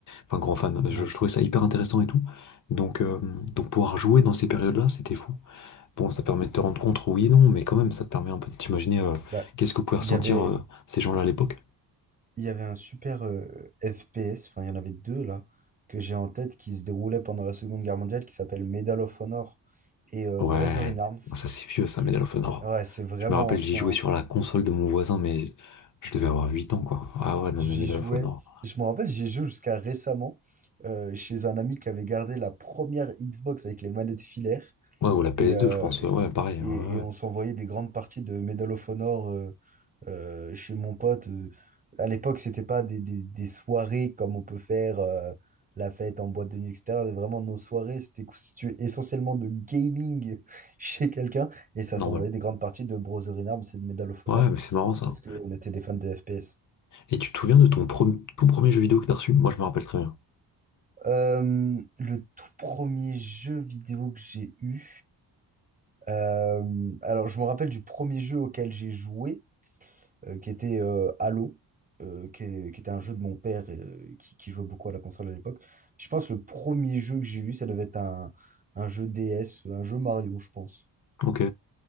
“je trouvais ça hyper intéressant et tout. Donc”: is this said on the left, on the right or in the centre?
Left